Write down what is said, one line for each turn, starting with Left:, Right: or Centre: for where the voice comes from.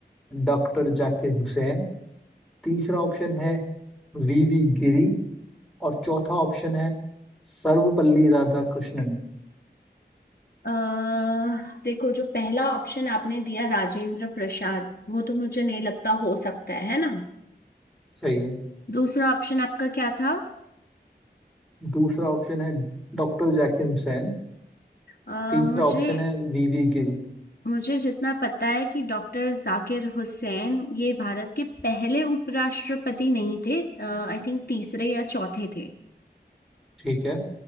Centre: डॉक्टर जाकिर हुसैन तीसरा ऑप्शन है वीवी गिरी और चौथा ऑप्शन है सर्वपल्ली राधाकृष्णन
Left: अह देखो जो पहला ऑप्शन आपने दिया राजेंद्र प्रसाद वो तो मुझे नहीं लगता हो सकता है है ना
Centre: सही है
Left: दूसरा ऑप्शन आपका क्या था
Centre: दूसरा ऑप्शन है डॉक्टर जाकिर हुसैन
Left: अह
Centre: तीसरा
Left: मुझे
Centre: ऑप्शन है वीवी गिरी
Left: मुझे जितना पता है कि डॉक्टर जाकिर हुसैन ये भारत के पहले उपराष्ट्रपति नहीं थे आई थिंक तीसरे या चौथे थे
Centre: ठीक है